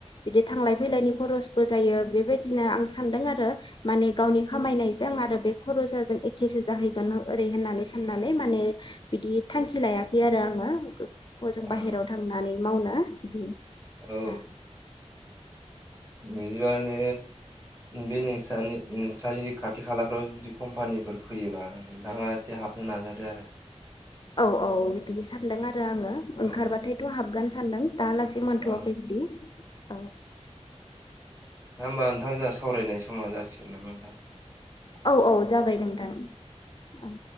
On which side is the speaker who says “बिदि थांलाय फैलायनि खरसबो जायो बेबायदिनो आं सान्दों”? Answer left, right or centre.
Left